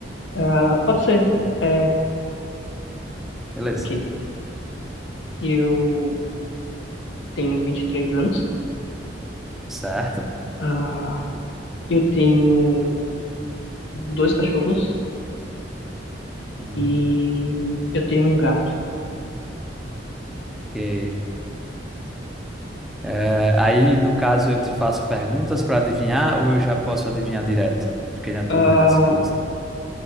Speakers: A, on the left; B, in the centre.
A: ah, pode ser. É,
B: Beleza.
A: ok, eu tenho 23 anos,
B: Certo.
A: ah, eu tenho dois cachorros
B: Hum,
A: e eu tenho um gato.
B: ok. É, aí, no caso, eu te faço perguntas para adivinhar ou eu já posso adivinhar direto? Fiquei na dúvida
A: Ah,
B: nessa. nessa-